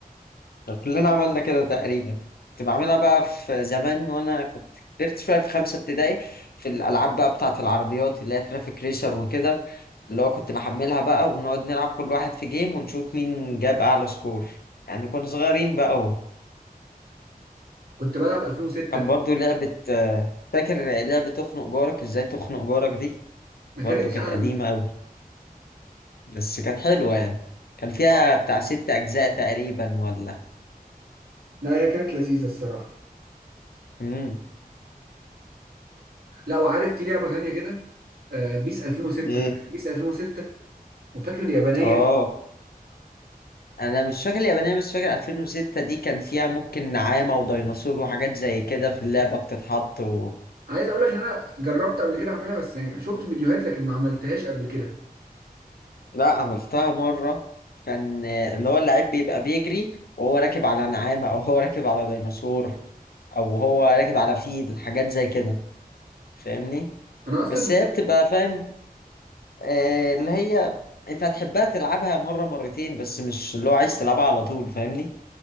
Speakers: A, on the left; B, on the right.
A: كلنا عملنا كده تقريبا كنت بعملها بقى في زمان وانا كنت كبرت شويه في خمسه ابتدائي في الالعاب بقى بتاعه العربيات اللي هي ترافيك ريسر وكده اللي هو كنت بحملها بقى ونقعد نلعب كل واحد في جيم ونشوف مين جاب اعلى سكور يعني كنا صغيرين بقى
B: كنت بلعب 2006
A: وكان
B: فيه
A: برضو لعبه آه، فاكر لعبه تخنق جارك ازاي تخنق جارك دي
B: ما
A: برضو
B: كانتش
A: كانت
B: عندي
A: قديمه بس كانت حلوة يعني كان فيها
B: اه
A: بتاع ست أجزاء تقريبا ولا
B: لا هي كانت لذيذة الصراحة
A: امم
B: لا وعارف في لعبة تانية كده آه، بيس 2006
A: ايه
B: فاكر بيس 2006 وفاكر اليابانية
A: اه أنا مش فاكر اليابانية بس فاكر 2006 دي كان فيها ممكن نعامة وديناصور وحاجات زي كده في اللعبة بتتحط و...
B: عايز اقول لك ان انا جربت قبل كده اعملها بس يعني شفت فيديوهات لكن ما عملتهاش قبل كده
A: لا عملتها مرة كان آه، اللي هو اللعيب بيبقى بيجري وهو راكب على نعامة أو هو راكب على ديناصور أو هو راكب على فيل حاجات زي كده فاهمني
B: انا اصلا
A: بس
B: كنت
A: هي بتبقى فاهم آه، اللي هي انت هتحبها تلعبها مرة مرتين بس مش اللي هو عايز تلعبها على طول فاهمني